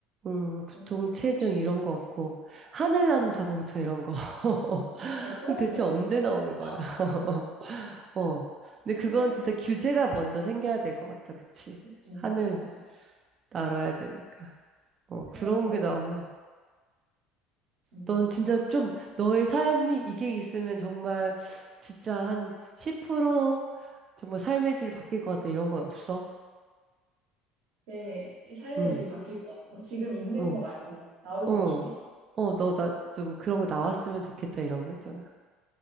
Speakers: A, on the right; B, on the right.
A: 응 교통체증
B: 어, 혹시
A: 이런 거 없고, 하늘 나는 자동차 이런 거. <laughs>
B: 어, 그런
A: 그럼 대체
B: 거
A: 언제
B: 진짜
A: 나오는
B: 생기지
A: 거야?
B: 않을까?
A: <laughs> 어.
B: 진짜
A: 근데 그건
B: 생길 것
A: 진짜
B: 같아.
A: 규제가 먼저 생겨야 될 것 같다, 그치?
B: 그치?
A: 하늘
B: 맞아.
A: 날아야 되니까. 어,
B: 그런
A: 그런
B: 거
A: 게 나오면.
B: 진짜.
A: 넌 진짜 좀, 너의 삶이 이게 있으면 정말, 진짜 한 10% 정말 삶의 질이 바뀔 것 같다, 이런 건 없어?
B: 내 삶의
A: 응,
B: 질이 바뀔 것 같은 거. 지금 있는
A: 어.
B: 거 말고 나올
A: 어,
B: 것 중에?
A: 어, 너 나 좀 그런 거 나왔으면 좋겠다 이런 거 있잖아.